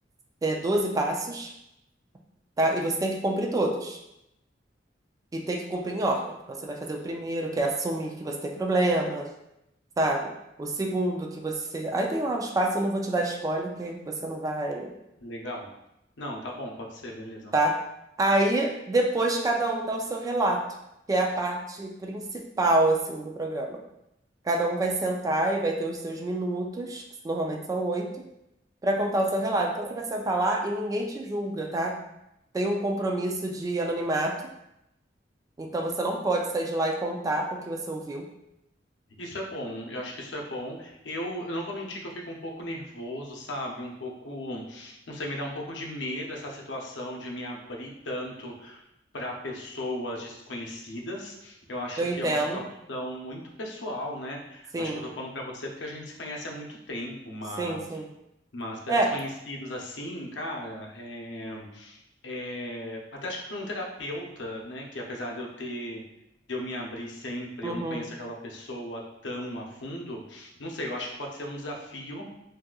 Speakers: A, on the right; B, on the left.
A: é, 12 passos, tá? E você tem que cumprir todos. E tem que cumprir em ordem. Então você vai fazer o primeiro, que é assumir que você tem problema, sabe? O segundo, que você. Aí tem lá os passos, eu não vou te dar spoiler, que aí você não vai,
B: legal. Não, tá bom, pode ser, beleza.
A: tá? Aí depois cada um dá o seu relato, que é a parte principal, assim, do programa. Cada um vai sentar e vai ter os seus minutos, que normalmente são oito, para contar o seu relato. Então você vai sentar lá e ninguém te julga, tá? Tem um compromisso de anonimato, então você não pode sair de lá e contar o que você ouviu.
B: Isso é bom, eu acho que isso é bom. Eu, eu não vou mentir que eu fico um pouco nervoso, sabe? Um pouco, não sei, me dá um pouco de medo essa situação de me abrir tanto para pessoas desconhecidas. Eu acho
A: Eu entendo.
B: que é uma situação muito pessoal, né?
A: Sim,
B: Acho que eu tô falando para você porque a gente se conhece há muito tempo, mas,
A: sim, sim.
B: mas para
A: É,
B: desconhecidos assim, cara, é. É, até acho que para um terapeuta, né, que apesar de eu ter, de eu me abrir sempre,
A: uhum,
B: eu não conheço aquela pessoa tão a fundo, não sei, eu acho que pode ser um desafio,